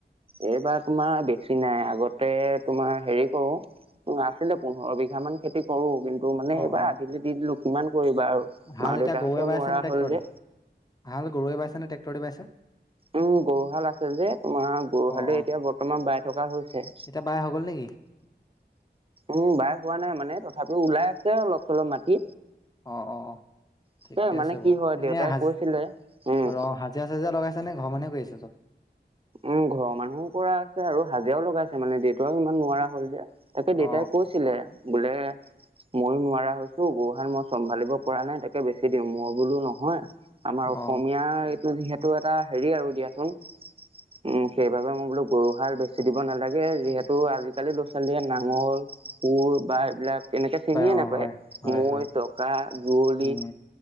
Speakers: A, on the right; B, on the left.
A: এইবাৰ তোমাৰ বেছি নাই। আগতে তোমাৰ হেৰি কৰো আছিলে পোন্ধৰ বিঘা মান খেতি কৰো। কিন্তু মানে
B: অ
A: এইবাৰ
B: অ
A: আধিলৈ দি দিলো। কিমান কৰিবা আৰু
B: হাল
A: মা দেউতাহঁতেও
B: এতিয়া গৰুৱে বাইছে
A: নোৱাৰা
B: নে ট্ৰেক্টৰ
A: হ'ল যে
B: দি, হাল গৰুৱে বাইছে নে ট্ৰেক্টৰ দি বাইছে?
A: উম গৰুহাল আছে যে, তোমাৰ গৰুহালেই
B: অ অ
A: এতিয়া বৰ্তমান বাই থকা হৈছে।
B: এতিয়া বাই হৈ গ'ল নেকি?
A: উম বাই হোৱা নাই মানে, তথাপিও ওলাই আছে অলপ চলপ মাটি।
B: অঁ অঁ অঁ।
A: এ
B: ঠিকে
A: মানে
B: আছে
A: কি
B: বাৰ।
A: হয়
B: এনে
A: দেউতাই
B: হাজ
A: কৈছিলে উম
B: অ হজিৰা চাজিৰা লগাইছ নে ঘৰৰ মানুহে কৰি আছে চব?
A: উম ঘৰৰ মানুহো কৰা আছে আৰু হাজিৰাও লগাইছ এ মানে দেউতাও ইমান নোৱাৰা হল যে। তাকে দেউতাই
B: অ
A: কৈছিলে বোলে মইয়ো নোৱাৰা হৈছো গৰুহাল মই চম্ভালিব পৰা নাই তাকে বেছি দিওঁ, মই বোলো নহয় আমাৰ
B: অ
A: অসমীয়াৰ এইটো যিহেতু এটা হেৰি আৰু দিয়াচোন। উম সেইবাবে মই বোলো গৰুহাল বে চি দিব নালাগে যিহেতু আজিকালি ল'ৰা ছোৱালীয়ে নাঙৰ, কোৰ বা এইবিলাক এনেকে চিনিয়ে
B: অ
A: নাপায়।
B: হয় হয়
A: মৈ,
B: হয়
A: টকা, ৰুৱলি।
B: উম